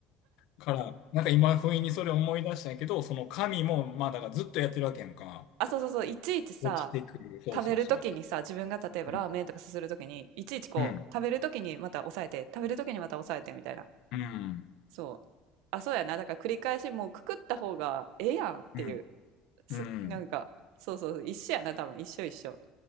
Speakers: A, on the left (about 70°); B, on the right (about 75°).
A: から、なんか今、不意にそれ思い出したんやけど、その神も、まあ、だからずっとやってるわけやんか。
B: あ、そうそうそう、いちいちさ、
A: 落ちてくる。そうそうそ
B: 食べるときにさ、自分が例えばラーメンとかすするときに、
A: う。うん。
B: いちいちこう、
A: うん。
B: 食べるときにまた抑えて、食べるときにまた抑えてみたいな。
A: うん。
B: そう。あ、そうやな。だから繰り返しもうくくった方がええやんっていう。
A: うん。
B: す、
A: うん。
B: なんか、そうそうそう、一緒やな、多分。一緒一緒。